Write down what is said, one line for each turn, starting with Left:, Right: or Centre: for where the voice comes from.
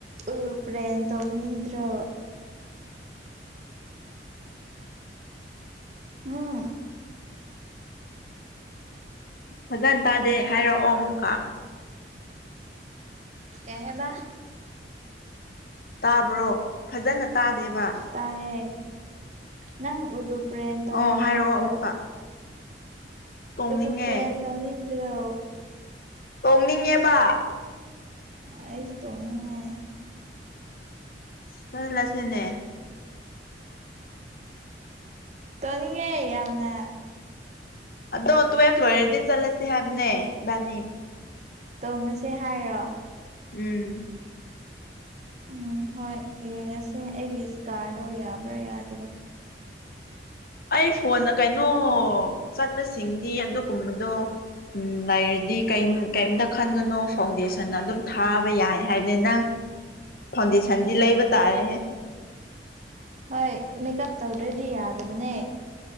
Right: ꯎꯔꯨꯞꯄ꯭ꯔꯦꯟꯅ ꯇꯧꯅꯤꯡꯗ꯭ꯔꯣ? ꯎꯝ
Left: ꯐꯖꯅ ꯇꯥꯗꯦ ꯍꯥꯏꯔꯛꯑꯣ ꯑꯃꯨꯛꯀ꯫
Right: <inaudible> ꯀꯩꯍꯥꯏꯕ?
Left: ꯇꯥꯕ꯭ꯔꯣ? ꯐꯖꯅ ꯇꯥꯗꯦꯕ꯫
Right: ꯇꯥꯔꯦ ꯅꯪ ꯎꯔꯨꯄ꯭ꯂꯦꯟ ꯇꯣꯡꯅꯤꯡꯗ꯭ꯔꯣ
Left: ꯑꯣ ꯍꯥꯏꯔꯛꯑꯣ ꯑꯃꯨꯛꯀ ꯇꯣꯡꯅꯤꯡꯉꯦ
Right: ꯎꯔꯨꯄ꯭ꯔꯦꯟ ꯇꯣꯡꯅꯤꯡꯗ꯭ꯔꯣ
Left: ꯇꯣꯡꯅꯤꯡꯉꯦꯕ
Right: ꯑꯩꯁꯨ ꯇꯣꯡꯅꯤꯡꯉꯦ
Left: ꯆꯠꯂꯁꯤꯅꯦ
Right: ꯇꯥꯅꯤꯡꯉꯦ ꯌꯥꯝꯅ
Left: ꯑꯗꯣ ꯇꯨꯋꯦꯞ ꯂꯣꯏꯔꯗꯤ ꯆꯠꯂꯁꯤ ꯍꯥꯏꯕꯅꯦ ꯏꯕꯥꯟꯅꯤ
Right: ꯇꯣꯡꯉꯨꯁꯦ ꯍꯥꯏꯔꯣ
Left: ꯑꯝ
Right: ꯑꯝ ꯍꯣꯏ ꯌꯦꯡꯉꯁꯦ ꯑꯩꯒꯤ ꯏꯁꯀ꯭ꯔꯥꯗꯣ ꯌꯕ꯭ꯔꯥ ꯌꯗꯕ꯭ꯔꯥ
Left: ꯑꯩ ꯐꯣꯟꯅ ꯀꯩꯅꯣ ꯆꯠꯄꯁꯤꯡꯗꯤ ꯑꯗꯨꯒꯨꯝꯕꯗꯣ ꯑꯝ ꯂꯩꯔꯗꯤ ꯀꯩꯝꯇ ꯈꯟꯒꯅꯣ ꯐꯥꯎꯟꯗꯦꯁꯟ ꯑꯗꯨꯝ ꯊꯥꯕ ꯌꯥꯏ ꯍꯥꯏꯅꯦ ꯅꯪ ꯐꯥꯎꯟꯗꯦꯁꯟꯗꯤ ꯂꯩꯕ ꯇꯥꯔꯦ ꯍꯦ
Right: ꯍꯣꯏ ꯃꯦꯀꯞ ꯇꯧꯗ꯭ꯔꯗꯤ ꯌꯥꯗꯕꯅꯦ